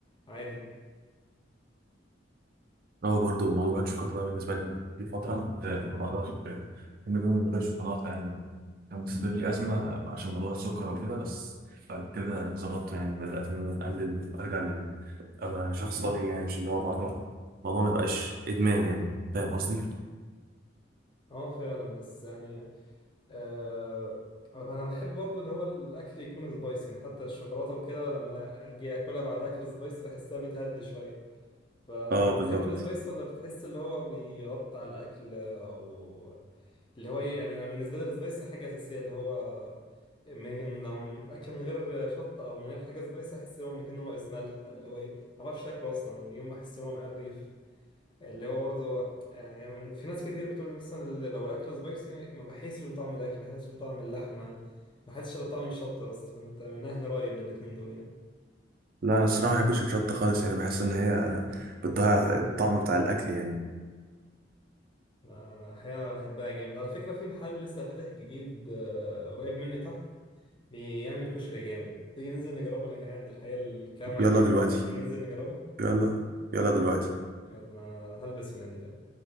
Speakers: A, on the left; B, on the right.
A: عادي؟
B: اه برضو موضوع الشوكولاته ده بالنسبه لي في فتره كنت ما بقدرش اكمل يوم من غير شوكولاته يعني كان بالنسبه لي ازمه عشان موضوع السكر وكده بس بعد كده ظبطته يعني بدات ان انا اقلل ارجع لل ابقى شخص طبيعي يعني مش اللي هو موضوع الموضوع ما يبقاش ادمان يعني فاهم قصدي؟
A: اه فعلا بس يعني آه أنا بحب برضو اللي هو الأكل يكون سبايسي يعني حتى الشوكولاتة وكده لما أجي أكلها بعد أكل سبايسي بحسها بتهدي شوية فانت
B: اه بالظبط
A: تحب السبايس ولا بتحس اللي هو بيغطي على الاكل او اللي هو ايه يعني انا بالنسبه لي السبايسي حاجه اساسيه اللي هو من لو الاكل من غير شطه او من غير حاجه سبايسي احس ان هو مكانه ناقص ملح اللي هو ايه ما بعرفش شكله اصلا اليوم بحس ان هو مقرف اللي هو برضه يعني يعني في ناس كتير بتقول لي مثلا ال- لو الاكل سبايسي ما بحسش بطعم الاكل ما بحسش بطعم اللحمه ما بحسش إلا بطعم الشطه بس فانت من اهل رايي من الاتنين دول يعني
B: لا انا الصراحه ما بحبش الشطه خالص يعني بحس ان هي بتضيع الطعم بتاع الاكل يعني
A: أنا أحيانا بحبها جامد على فكرة في محل لسه فاتح جديد آه، قريب مني تحت بيعمل كشري جامد تيجي ننزل نجربه أنا جعان الحقيقة الكلام معاك
B: يلا
A: اللي
B: دلوقتي
A: جوعني تيجي ننزل نجربه
B: يلا يلا دلوقتي
A: يلا أنا هلبس ونازل يلا